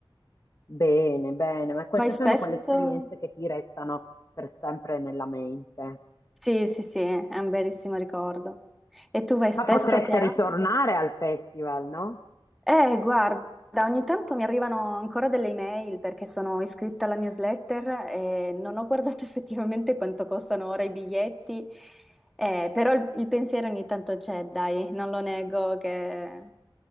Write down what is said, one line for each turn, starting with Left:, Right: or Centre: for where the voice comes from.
Left: bene, bene, ma queste
Centre: Vai spesso?
Left: sono quelle esperienze che ti restano per sempre nella mente.
Centre: Sì, sì, sì, è un bellissimo ricordo. E tu vai spesso
Left: Ma potreste
Centre: a teatro?
Left: tornerò. ritornare al festival, no?
Centre: Eh, guarda, ogni tanto mi arrivano ancora delle email perché sono iscritta alla newsletter e non ho guardato <laughs> effettivamente quanto costano ora i biglietti, eh, però il, il pensiero ogni tanto c'è, dai, non lo nego che